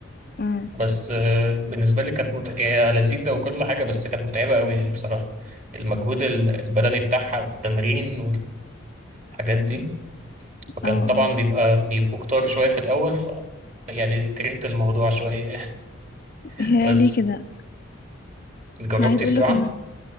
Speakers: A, on the left; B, on the right.
A: امم
B: بس آه، بالنسبة لي كانت مت... هي لذيذة وكل حاجة بس كانت متعبة قوي يعني بصراحة المجهود ال- البدني بتاعها والتمرين والحاجات دي فكان
A: اه اه
B: طبعا بيبقى بيبقوا كتار شوية في الأول ف يعني كرهت الموضوع شوية <laughs>
A: هي
B: بس
A: ليه كده
B: جربتي
A: انا عايز اقول
B: سباحة؟
A: لك ان